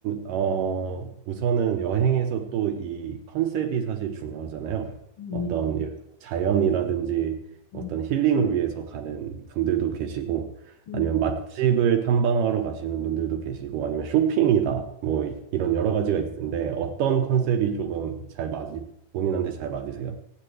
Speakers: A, on the right; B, on the left.
A: 어, 우선은 여행에서 또 이 컨셉이 사실 중요하잖아요.
B: 음,
A: 어떤, 예를 들어 자연이라든지 어떤
B: 음,
A: 힐링을 위해서 가는 분들도 계시고,
B: 음.
A: 아니면 맛집을 탐방하러 가시는 분들도 계시고, 아니면 쇼핑이다. 뭐, 이- 이런 여러 가지가 있는데, 어떤 컨셉이 조금 잘 맞이, 본인한테 잘 맞으세요?